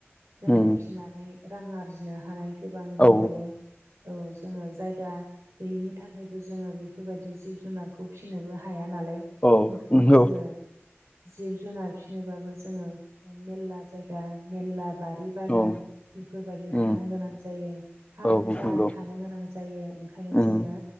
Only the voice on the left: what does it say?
उम
औ
औ
नंगौ
औ
उम
औ
नंगौ
उम